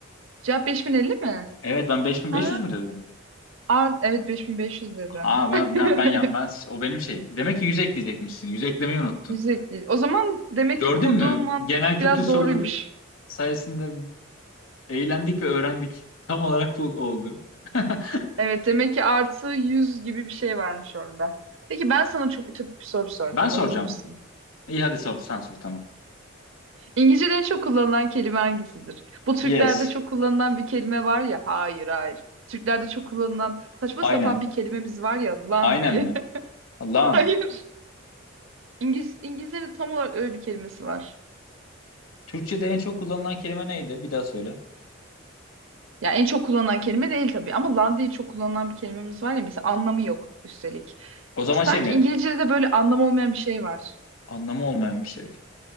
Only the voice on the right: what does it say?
Cevap 5050 mi?
Ha,
art, evet 5500 dedin.
<laughs>
Yüzde değil. O zaman demek
ki kurduğum
mantık
biraz
doğruymuş.
Evet demek ki artı yüz gibi bir şey varmış orada. Peki ben sana çok ütopik bir soru soracağım.
Hazır mısın?
İngilizce'de en çok kullanılan kelime hangisidir? Bu Türklerde
çok kullanılan bir kelime var ya. Hayır hayır. Türklerde çok kullanılan saçma
sapan bir kelimemiz var ya lan
diye.
<laughs>
Hayır. İngiliz, İngilizce'de tam olarak öyle bir kelimesi var.
Ya en çok kullanılan kelime değil tabii ama lan diye çok kullanılan bir kelimemiz var ya mesela anlamı yok üstelik.
Sanki
İngilizce'de de böyle anlam olmayan bir şey var.